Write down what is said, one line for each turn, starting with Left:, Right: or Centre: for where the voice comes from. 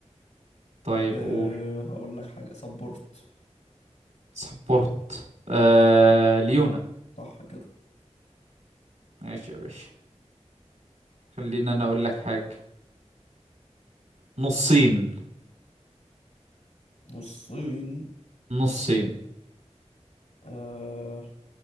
Right: طيب
Left: أه
Right: قول
Left: هقول لك حاجة صبرت
Right: سبورت آه ليونا
Left: صح كده
Right: ماشي يا باشا خلينا انا اقول لك حاجة نصين
Left: نصين
Right: نصين
Left: أه